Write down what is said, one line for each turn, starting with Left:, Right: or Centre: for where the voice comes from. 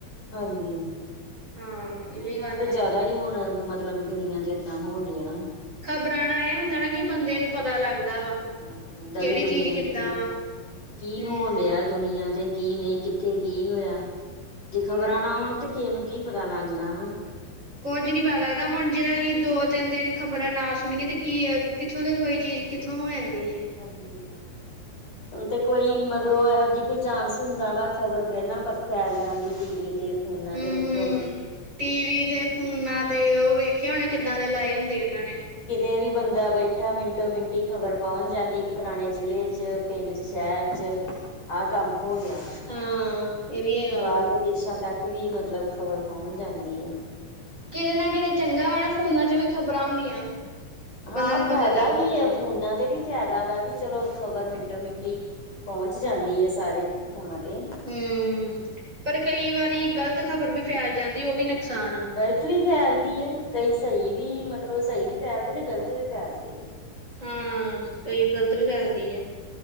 Left: ਹਾਂਜੀ
Right: ਹਾਂ ਇਹ
Left: ਨਹੀਂ
Right: ਵੀ
Left: ਆਹ
Right: ਗੱਲ
Left: ਤੇ
Right: ਹੈਗੀ
Left: ਜਿਆਦਾ ਹੀ ਹੁਣ ਮ ਮਤਲਬ ਦੁਨੀਆਂ ਤੇ ਏਦਾਂ ਹੋਣ ਡਿਆ।
Right: ਖ਼ਬਰਾਂ ਨਾਲ ਇਹ ਹੁੰਦਾ ਨਾ ਕਿ ਬੰਦੇ ਨੂੰ ਪਤਾ ਲੱਗਦਾ ਵਾ।
Left: ਪਤਾ ਲੱਗ ਜਾਂਦਾ
Right: ਕਿਹੜੀ
Left: ਵੀ ਦੁਨੀਆਂ
Right: ਚੀਜ਼ ਕਿੱਦਾਂ
Left: ਤੇ
Right: ਵਾ
Left: ਕੀ
Right: ਹੂੰ
Left: ਹੋਣ ਡਿਆ। ਦੁਨੀਆਂ ਦੇ ਕੀ ਨਹੀਂ ਕਿੱਥੇ ਕੀ ਹੋਇਆ ਜੇ ਖ਼ਬਰਾਂ
Right: ਹਾਂ
Left: ਨਾ ਆਉਣ ਤੇ ਕਿਸੇ ਨੂੰ ਕੀ ਪਤਾ ਲੱਗਦਾ ਹਨਾ।
Right: ਕੁੱਝ ਨੀ ਪਤਾ ਲੱਗਦਾ ਹੁਣ ਜੇ ਅਸੀਂ ਦੋ ਤਿੰਨ ਦਿਨ ਖ਼ਬਰਾਂ ਨਾ ਸੁਣਏ ਤੇ ਕੀ ਕਿੱਥੋਂ ਦਾ ਕੋਈ ਚੀਜ਼ ਕਿੱਥੋਂ ਹੋ ਜਾਂਦੀ ਐ।
Left: ਹਾਂਜੀ ਹੁਣ ਤੇ ਕੋਈ ਮਗਰੋਂ ਇਹੋ ਜਿਹੀ ਕੋਈ ਚਾਂਸ ਹੁੰਦਾ ਵਾ ਖ਼ਬਰ ਪਹਿਲਾਂ ਪ ਫੈਲ ਜਾਂਦੀ ਟੀ ਵੀ ਤੇ ਫੋਨਾਂ
Right: ਹੂੰ-ਹੂੰ
Left: ਦੇ ਮਿੰਟੋ ਮਿੰਟੀ
Right: ਟੀ ਵੀ ਤੇ ਫੋਨਾਂ ਤੇ ਉਹ ਵੇਖਿਆ ਹੋਣਾ ਕਿੱਦਾਂ ਦੇ ਲਾਏ ਹੁੰਦੇ ਉਨਾਂ ਨੇ
Left: ਕਿਤੇ ਵੀ ਬੰਦਾ ਬੈਠਾ ਮਿੰਟੋ ਮਿੰਟੀ ਖ਼ਬਰ ਪਹੁੰਚ ਜਾਂਦੀ ਫਲਾਨੇ ਜ਼ਿਲ੍ਹੇ 'ਚ ਪਿੰਡ 'ਚ ਸ਼ਹਿਰ ਚ ਆ ਕੰਮ ਹੋ ਗਿਆ।
Right: ਹਾਂ ਇਹ ਵੀ ਹੈਗਾ
Left: ਬਾਰ
Right: ਵਾ
Left: ਦੇ ਦੇਸਾਂ ਤੱਕ ਵੀ ਮਤਲਬ ਖ਼ਬਰ ਪਹੁੰਚ ਜਾਂਦੀ ਆ।
Right: ਕਿਤੇ ਨਾ ਕਿਤੇ ਚੰਗਾ ਵਾ ਨਾ ਫੋਨਾ 'ਚ ਵੀ ਖ਼ਬਰਾਂ ਹੁੰਦੀਆਂ।
Left: ਹਾਂ,
Right: ਬੰਦੇ ਨੂੰ
Left: ਫਾਇਦਾ
Right: ਪਤਾ ਲੱਗ
Left: ਵੀ
Right: ਜਾਂਦਾ
Left: ਏ ਫੋਨਾਂ ਤੇ ਵੀ ਫਾਇਦਾ ਵਾ, ਵੀ ਚਲੋ ਖ਼ਬਰ ਮਿੰਟੋ-ਮਿੰਟੀ ਪਹੁੰਚ ਜਾਂਦੀ ਏ ਸਾਰੇ ਥਾਂ ਤੇ
Right: ਹੂੰ ਪਰ ਕਈ ਵਾਰੀ ਗ਼ਲਤ ਖ਼ਬਰ ਵੀ ਫੈਲ ਜਾਂਦੀ ਓ ਵੀ, ਨੁਕਸਾਨ ਆ।
Left: ਗਲਤ ਵੀ ਫੈਲਦੀ ਹੈ। ਕਈ ਸਹੀ ਵੀ, ਮਤਲਬ, ਸਹੀ ਵੀ ਫੈਲਦੇ ਤੇ, ਗਲਤ ਵੀ ਫੈਲਦੀ ਆ।
Right: ਹਾਂ, ਕਈ ਗਲਤ ਵੀ ਫੈਲਦੀ ਆ।